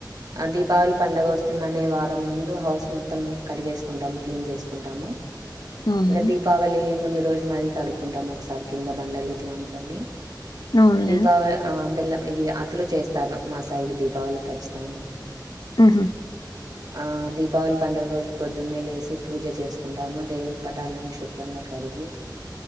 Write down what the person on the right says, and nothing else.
ఆ దీపావళి పండగ వస్తుందనే వారం ముందు హౌస్ మొత్తం కడిగేసుకుంటాము క్లీన్ చేసుకుంటాము
ఇంగ దీపవళి ముందు రోజు మరీ కడుక్కుంటాం ఒకసారి కింద బండలు ఇట్లాంటివన్నీ
దీపావళి ఆ బెల్ల ఇవి అట్లు చేస్తారు మా సైడ్ దీపావళి ఖచ్చితంగా
ఆ దీపావళి పండుగ రోజు ప్రొద్దున్నే లేసి పూజ చేసుకుంటాము దేవని పటాలన్నీ శుభ్రంగా కడిగి